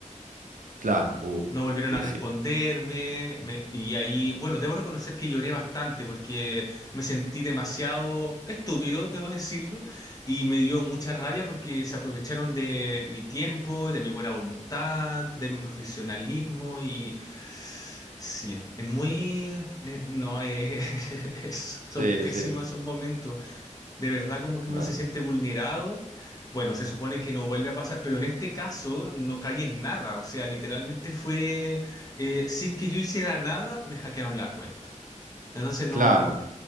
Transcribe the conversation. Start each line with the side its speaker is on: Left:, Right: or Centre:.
Right: claro. Uh,
Left: No volvieron
Right: y
Left: a responderme,
Right: sí.
Left: me- y ahí, bueno, debo reconocer que lloré bastante porque me sentí demasiado estúpido, debo decirlo, y me dio mucha rabia porque se aprovecharon de mi tiempo, de mi buena voluntad, de mi profesionalismo, y sí, es muy... eh, No, eh, <laughs> es- son
Right: Sí,
Left: pésimos
Right: sí.
Left: esos momentos. De verdad como que
Right: Claro.
Left: uno se siente vulnerado. Bueno, se supone que no vuelve a pasar, pero en este caso no caí en nada. O sea, literalmente fue eh, sin que yo hiciera nada, me hackearon la cuenta. Entonces no,
Right: Claro.